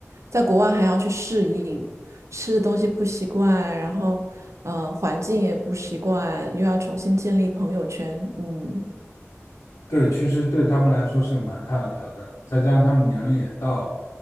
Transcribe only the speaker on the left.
对，其实对他们来说是个蛮大的挑战的，再加上他们年龄也到，